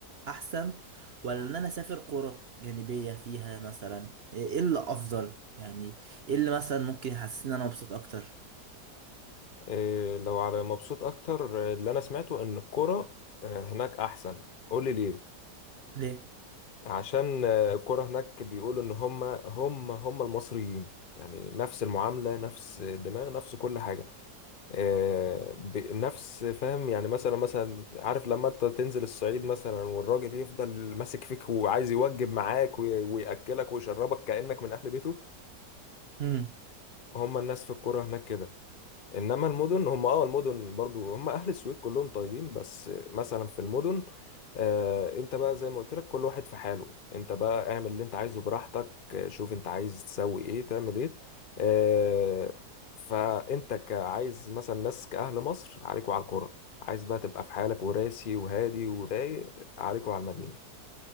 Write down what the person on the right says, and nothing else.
احسن ولا ان انا اسافر قرى جانبيه فيها مثلا ايه اللي افضل يعني ايه اللي مثلا ممكن يحسسني ان انا مبسوط اكتر
ليه
مم.